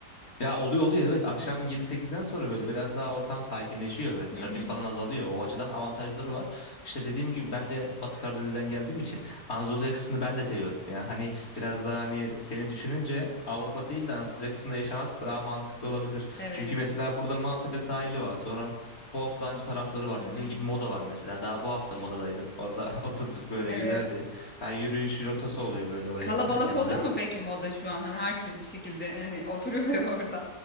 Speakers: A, on the left (about 55°); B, in the centre.
A: Ya oluyor oluyor evet akşam 7-8'den sonra böyle biraz daha ortam sakinleşiyor böyle trafik
B: Hı hı.
A: falan azalıyor o açıdan avantajları var. İşte dediğim gibi ben de Batı Karadeniz'den geldiğim için Anadolu yakasını ben de seviyorum ya hani biraz daha hani seni düşününce Avrupa değil de Anadolu yakasında yaşamak daha mantıklı olabilir.
B: Evet.
A: Çünkü mesela burada Maltepe sahili var sonra Bostancı tarafları var
B: Hı hı.
A: dediğim gibi Moda var mesela daha bu hafta Moda'daydım orada <laughs> oturduk böyle
B: Evet.
A: güzeldi. Ha, yürüyüş rotası oluyor böyle oraya
B: Kalabalık
A: giderken
B: oluyor
A: bir de.
B: mu peki moda şu an? Hani herkes bir şekilde hani <laughs> oturuyor ya orada.